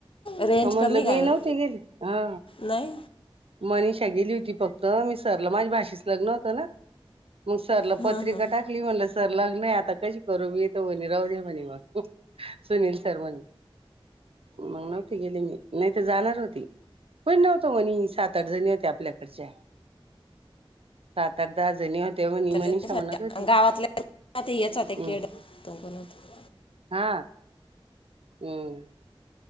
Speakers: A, on the left; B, on the right.
A: रेंज
B: अ म्हणलं
A: कमी काय
B: मी
A: गं?
B: नव्हती गेली हा
A: नाही
B: मनिषा गेली होती फक्त मी सरला माझ्या भाचीच लग्न होतं ना मग सरला
A: हं
B: पत्रिका
A: हं
B: टाकली म्हणलं सर लग्न आहे आता कशी करू मी तर वनी राह दे म्हणे मग सुनील सर म्हणले मग नव्हती गेले मी नाही तर जाणार होती कोण नव्हत म्हणी सात आठ जणी होते्या आपल्याकडच्या सात आठ दहा जणी होते म्ह
A: तर
B: मनीषा
A: त्यांच्यासाठी
B: म्हणत होती
A: गावातल्या ते येच होते
B: हम्
A: केड तो कोण होता
B: हा हम्म